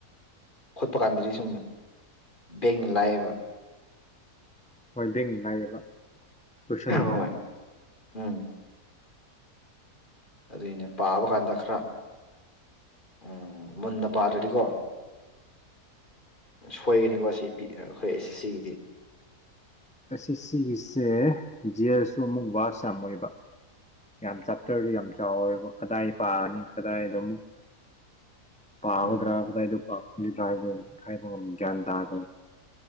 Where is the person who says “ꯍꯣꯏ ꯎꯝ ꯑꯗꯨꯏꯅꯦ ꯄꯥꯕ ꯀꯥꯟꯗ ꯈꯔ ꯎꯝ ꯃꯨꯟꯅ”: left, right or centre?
Left